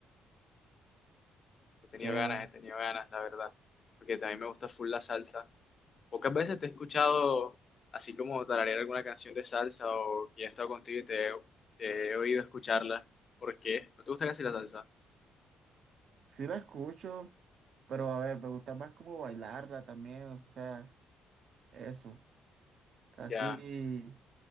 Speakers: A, on the left; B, on the right.
A: he tenido
B: uff,
A: ganas, he tenido ganas, la verdad, porque también me gusta full la salsa Pocas veces te he escuchado así como tararear alguna canción de salsa o que he estado contigo y te, te he oído escucharla. ¿Por qué? ¿No te gusta casi la salsa?
B: Sí la escucho, pero a ver, me gusta más como bailarla también, o sea, eso. Casi
A: Ya,